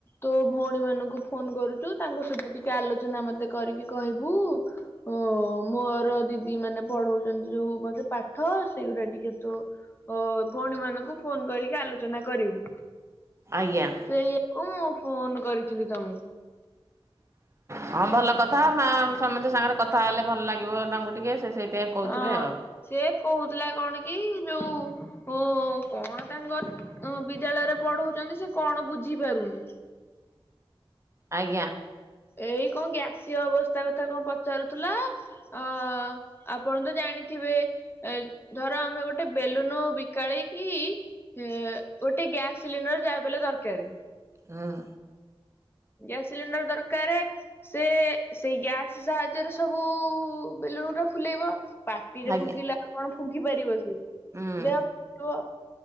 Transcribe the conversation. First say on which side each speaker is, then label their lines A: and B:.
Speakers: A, on the left; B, on the right.
A: ତୋ ଭଉଣୀ ମାନଙ୍କୁ ଫୋନ କରୁଛୁ। ତାଙ୍କ ସହିତ ଟିକେ ଆଲୋଚନା ମତ୍ ତେ କରିକି କହିବୁ ଓ-ଓ-ଓ ମୋର ଦିଦି ମାନେ ପଢଉଛନ୍ତି ଯୋଉ-ଉ-ଉ ବଧେ ପାଠ ସେଇଗୁରା ଟିକେ ତୋ ଓ-ଓ-ଓ ଭଉଣୀ ମାନଙ୍କୁ ଫୋନ କରିକି ଆଲୋଚନା କରିବୁ।
B: ଆଜ୍ଞା।
A: ସେଇଆକୁ ଫୋନ କରିଥିବି ତମକୁ।
B: ହଁ ଭଲ କଥା ମା ସମସ୍ତେ ସାଙ୍ଗରେ କଥା ହେଲେ ଭଲ ଲାଗିବ ତାଙ୍କୁ ଟିକେ ସେ ସେଇଥିପାଇଁ କହୁଥିବେ
A: ହଁ
B: ଆଉ।
A: ସେ କହୁଥିଲା କଣ କି ଯୋଉ ଉ-ଉ-ଉ-ଉ କଣ ତାଙ୍କର ତମ ବିଦ୍ୟାଳୟରେ ପଢଉଛନ୍ତି ସେ କଣ ବୁଝି ପାରୁନି।
B: ଆଜ୍ଞା।
A: ଏଇ କଣ ଗ୍ୟାସିଅ ଅବସ୍ଥା କଥା କଣ ପଚାରୁଥିଲା। ଅ-ଅ-ଅ ଆପଣ ତ ଜାଣିଥିବେ ଏ ଧର ଆମେ ଗୋଟେ ବେଲୁନ ବିକାଳି କିି ଏ-ଏ-ଏ ଗୋଟେ ଗ୍ୟାସ ସିଲିଣ୍ଡର ଯାହେଲେବି ଦରକାରେ।
B: ହଁ।
A: ଗ୍ୟାସ୍ ସିଲିଣ୍ଡର ଦରକାରେ। ସେ ସେଇ ଗ୍ୟାସ ସାହାଯ୍ୟରେ ସବୁ ବେଲୁଣ ଗୁଡା ଫୁଲେଇବ। ପାଟିରେ
B: ଆଜ୍ଞା
A: ଫୁଙ୍କିଲାକୁ କଣ ଫୁଙ୍କି ପାରିବ ସିଏ
B: ହୁଁ।
A: ଦେହ <unintelligible>